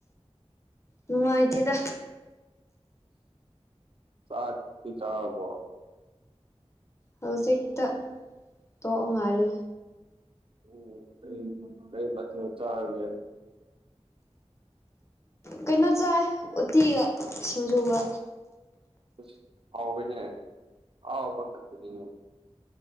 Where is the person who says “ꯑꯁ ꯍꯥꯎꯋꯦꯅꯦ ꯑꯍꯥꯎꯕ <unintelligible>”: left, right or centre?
Right